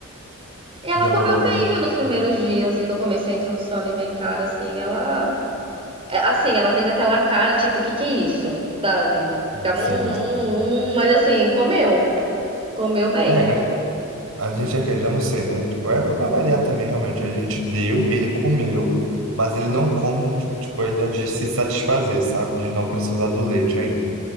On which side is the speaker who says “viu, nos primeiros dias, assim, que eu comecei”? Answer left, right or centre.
Right